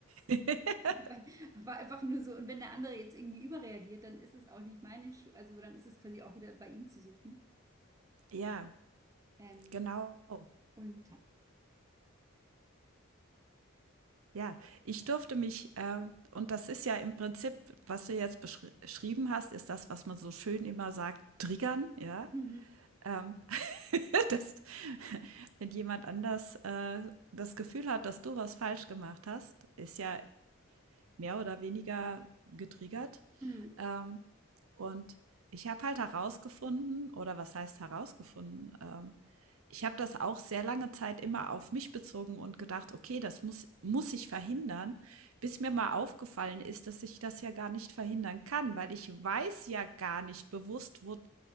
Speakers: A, on the right (about 85°); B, on the right (about 15°).
A: <laughs>
B: Wobei, War einfach nur so, und wenn der andere jetzt irgendwie überreagiert, dann ist es auch nicht meine Schuld, also dann ist es quasi auch wieder bei ihm zu suchen.
A: ja,
B: Ähm,
A: genau.
B: und ja.
A: Ja, ich durfte mich, äh und das ist ja im Prinzip, was du jetzt beschri schrieben hast, ist das, was man so schön immer sagt, triggern, ja?
B: mhm,
A: Ähm, <laughs> dass wenn jemand anders äh, das Gefühl hat, dass du was falsch gemacht hast, ist ja mehr oder weniger getriggert.
B: mhm,
A: Ähm, und ich habe halt herausgefunden, oder was heißt herausgefunden? Ähm, ich habe das auch sehr lange Zeit immer auf mich bezogen und gedacht, okay, das muss, muss ich verhindern, bis mir mal aufgefallen ist, dass ich das ja gar nicht verhindern kann, weil ich weiß ja gar nicht bewusst, wo